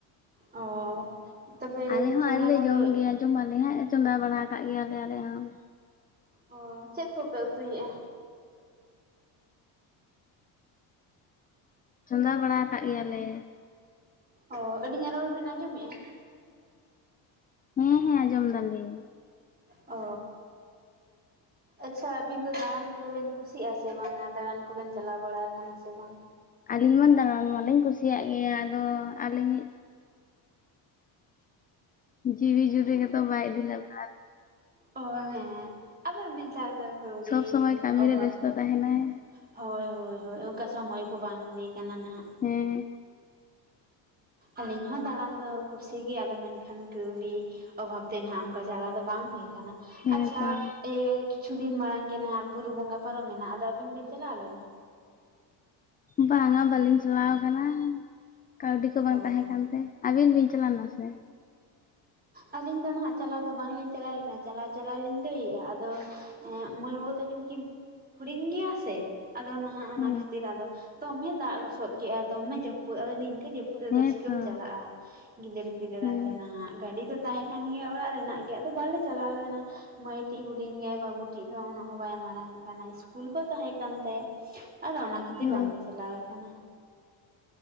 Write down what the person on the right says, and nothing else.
ᱚ᱾ ᱛᱚᱵᱮ
ᱪᱚᱸᱫᱟ
ᱠᱚᱫᱚ
ᱚ ᱪᱮᱫ ᱠᱚᱯᱮ ᱩᱛᱩᱭᱮᱜᱼᱟ?
ᱚ ᱟᱹᱞᱤᱧᱟᱜ ᱨᱚᱲ ᱵᱤᱱ ᱟᱸᱡᱚᱢᱮᱜᱼᱟ?
ᱚ᱾
ᱟᱪᱪᱷᱟ ᱟᱹᱵᱤᱱ ᱫᱚ ᱫᱟᱬᱟᱱ ᱠᱚᱫᱚ ᱟᱪᱪᱷᱟ ᱟᱵᱤᱱ ᱫᱟᱲᱟᱱ ᱠᱚᱫᱚ ᱠᱩᱥᱤᱭᱟᱜᱼᱟ ᱥᱮ ᱵᱟᱝᱟ ᱫᱟᱬᱟᱱ ᱠᱚᱵᱮᱱ ᱪᱟᱞᱟᱣ ᱵᱟᱲᱟ ᱠᱟᱱᱟ ᱥᱮ ᱵᱟᱝ?
ᱚ ᱦᱮᱸ ᱟᱫᱚ ᱱᱮᱛᱟᱨ ᱫᱚ ᱠᱟᱹᱣᱰᱤ
ᱚᱵᱷᱟᱵ
ᱫᱚ
᱾ ᱦᱚᱭ ᱦᱚᱭ ᱦᱚᱭ ᱚᱝᱠᱟ ᱥᱚᱢᱚᱭ ᱠᱚ ᱵᱟᱝ ᱦᱩᱭ ᱠᱟᱱᱟ ᱱᱟᱦᱚᱜ ᱾
ᱟᱹᱞᱤᱧ ᱦᱚᱸ ᱫᱟᱬᱟᱱ ᱫᱚ ᱠᱩᱥᱤᱜᱮ ᱟᱫᱚ ᱢᱮᱱᱠᱷᱟᱱ ᱠᱟᱹᱣᱰᱤ ᱚᱵᱷᱟᱵᱛᱮ ᱱᱟᱦᱟᱜ ᱚᱝᱠᱟ ᱪᱟᱞᱟᱣ ᱫᱚ ᱵᱟᱝ ᱦᱩᱭ
ᱟᱪᱪᱷᱟ,
ᱤᱭᱟᱹ ᱠᱤᱪᱷᱩ ᱫᱤᱱ ᱢᱟᱲᱟᱝ ᱜᱮ ᱱᱟᱦᱟᱜ ᱵᱩᱨᱩ ᱵᱚᱸᱜᱟ ᱯᱟᱨᱚᱢᱮᱱᱟ ᱟᱫᱚ ᱟᱹᱵᱤᱱ ᱵᱤᱱ ᱪᱟᱞᱟᱣ ᱞᱮᱱᱟ?
ᱚ
ᱟᱹᱞᱤᱧ ᱫᱚ ᱱᱟᱦᱟᱜ ᱪᱟᱞᱟᱣ ᱫᱚ ᱵᱟᱝᱞᱤᱧ ᱪᱟᱞᱟᱣ ᱞᱮᱱᱟ ᱪᱟᱞᱟᱣ ᱪᱟᱞᱟᱣ ᱞᱤᱧ ᱞᱤᱱ ᱫᱩᱭ ᱟᱫᱚ ᱾ ᱮᱸ ᱢᱟᱹᱭ ᱵᱟᱹᱵᱩ ᱛᱟᱹᱠᱤᱱ ᱠᱤᱱ ᱦᱩᱰᱤᱧ ᱜᱮᱭᱟ ᱥᱮ᱾ ᱟᱫᱚ ᱱᱟᱦᱟᱜ ᱚᱱᱟ
ᱠᱷᱟᱹᱛᱤᱨ ᱟᱫᱚ ᱫᱚᱢᱮ ᱫᱟᱜ ᱞᱚᱥᱚᱫ ᱠᱮᱜᱼᱟ ᱫᱚᱢᱮ ᱡᱟᱹᱯᱩᱫ ᱟᱫᱚ ᱱᱤᱝᱠᱟ ᱡᱟᱯᱩᱫ ᱾ ᱯᱩ
ᱨᱮᱫᱚ ᱪᱤᱠᱟᱹᱢ
ᱪᱟᱞᱟᱜᱼᱟ ᱜᱤᱫᱟᱹᱨ ᱯᱤᱫᱟᱹᱨ
ᱟᱛᱮ ᱱᱟᱦᱟᱜ ᱜᱟᱹᱰᱤ ᱫᱚ ᱛᱟᱦᱮᱸ ᱠᱟᱱ ᱜᱮᱭᱟ ᱚᱲᱟᱜ ᱨᱮᱱᱟᱜ ᱜᱮ ᱟᱫᱚ ᱵᱟᱞᱮ ᱪᱟᱞᱟᱣ ᱞᱮᱱᱟ ᱾ ᱢᱟᱹᱭᱴᱤᱡ ᱦᱩᱰᱤᱧ ᱜᱮᱭᱟᱭ ᱵᱟᱹᱵᱩ ᱴᱤᱡ ᱦᱚᱸ ᱩᱱᱟᱹᱜ ᱦᱚᱸ ᱵᱟᱭ ᱢᱟᱨᱟᱝ ᱠᱟᱱᱟ ᱥᱠᱩᱞ ᱠᱚ ᱛᱟᱦᱮᱸ ᱠᱟᱱ ᱛᱟᱭᱟ ᱾ ᱟᱫᱚ ᱚᱱᱟ ᱠᱷᱟᱹᱛᱤᱨ
ᱵᱟᱝᱞᱮ ᱪᱟᱞᱟᱣ ᱠᱟᱱᱟ ᱾